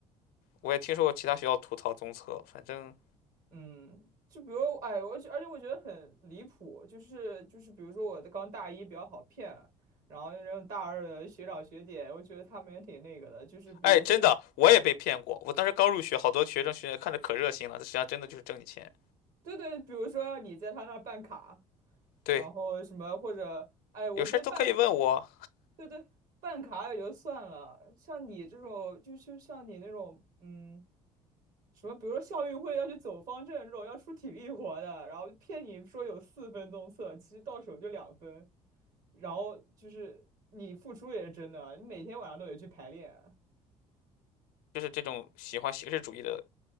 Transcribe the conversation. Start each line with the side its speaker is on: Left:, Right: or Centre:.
Left: 我也听说过其他学校吐槽综测，反正，
Right: 嗯，就比如，哎，我觉，而且我觉得很离谱，就是就是，比如说我的刚大一比较好骗，然后那种大二的学长学姐，我觉得他们也挺那个的，就是比如说，
Left: 哎，真的，我也被骗过。我当时刚入学，好多学生学姐看着可热心了，他实际上真的就是挣你钱。
Right: 对对，比如说让你在他那儿办卡，
Left: 对，
Right: 然后什么或者，哎，我觉得办，
Left: 有事儿都可以问我，
Right: 对对，办卡也就算了，像你这种，就就像你那种，嗯，什么，比如说校运会要去走方阵这种要出体力活的，然后骗你说有四分钟测，其实到手就两分。然后就是你付出也是真的啊，你每天晚上都得去排练。
Left: 就是这种喜欢形式主义的